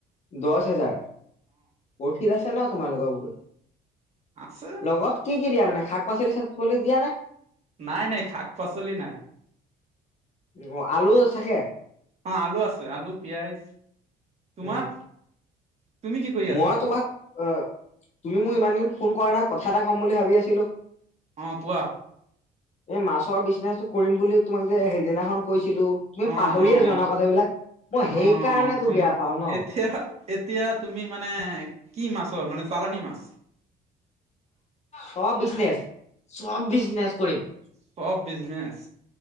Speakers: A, on the left; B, on the right.
A: দচ হেজাৰ, প্ৰফিট আছে ন তোমালোকৰ বহুত।
B: আছে।
A: লগত কি কি দিয়া মানে শাক পাচলি চাক পাচলি দিয়া নে?
B: নাই নাই শাক পাচলি নাই।
A: অ' আলু থাকে।
B: অ' আলু আছে, আলু, পিয়াজ তোমাৰ?
A: উম
B: তুমি কি কৰি আছা
A: মই তোমাক অ' তুমি মোৰ ইমান দিন ফোন কৰা নাই কথা এটা কম বুলি ভাবি আছিলোঁ।
B: উম, কোৱা?
A: এই মাছৰ বিজনেচটো কৰিম বুলিও তোমাক যে সেইদিনাখন কৈছিলোঁ। তুমি
B: অ
A: পাহৰিয়ে
B: অ
A: যোৱা
B: অ
A: ন কথাবিলাক। মই
B: অ
A: সেইকাৰণে তোক
B: অ
A: বেয়া পাওঁ ন।
B: এতিয়া এতিয়া তুমি মানে কি মাছৰ মানে চালানী মাছ।
A: চ'ব বিজনেচ, চ'ব বিজনেচ কৰিম।
B: চ'ব বিজনেচ